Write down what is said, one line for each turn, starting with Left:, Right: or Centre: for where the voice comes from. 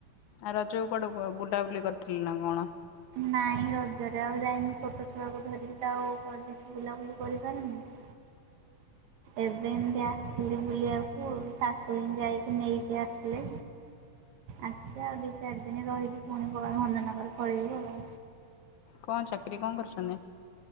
Left: ଆଉ ରଜକୁ କୁଆଡ଼େ ବ ବୁଲାବୁଲି କରଥିଲେ ନା କଣ?
Right: ନାଇଁ ରଜରେ ଆଉ ଯାଇନି ଛୋଟ ଛୁଆକୁ ଧରିକି ତ ଆଉ କୁଆଡ଼େ ବେଶୀ ବୁଲାବୁଲି କରିପାରୁନି। ଏବେ ଏମିତି ଆସିଥିଲି ବୁଲିବାକୁ ଶାଶୁ ହିଁ ଯାଇକି ନେଇକି ଆସିଲେ। ଆସଚ ଆଉ ଦିଚାରି ଦିନି ରହିକି ପୁଣି ଭଞ୍ଜନଗର ପଳେଇବ ଆଉ।
Left: କଣ ଚାକିରି କଣ କରିଚନ୍ତି?